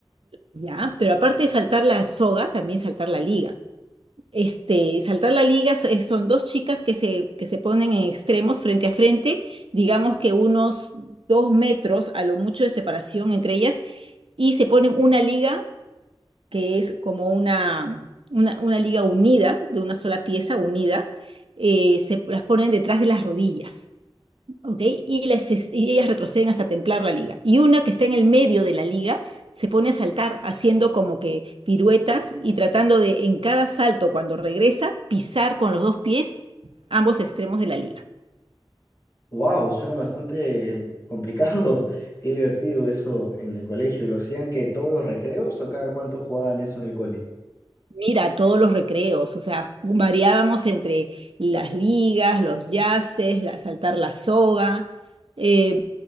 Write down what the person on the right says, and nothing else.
¿ya? Pero aparte de saltar la soga, también saltar la liga. Este, saltar la liga so- eh, son dos chicas que se, que se ponen en extremos frente a frente, digamos que unos dos metros a lo mucho de separación entre ellas, y se ponen una liga que es como una, una, una liga unida, de una sola pieza unida, eh, se las ponen detrás de las rodillas, ¿ok? Y, las es- y ellas retroceden hasta templar la liga. Y una que está en el medio de la liga se pone a saltar haciendo como que piruetas y tratando de en cada salto, cuando regresa, pisar con los dos pies ambos extremos de la liga.
Mira, todos los recreos, o sea, variábamos entre las ligas, los yaces, la, saltar la soga. eh,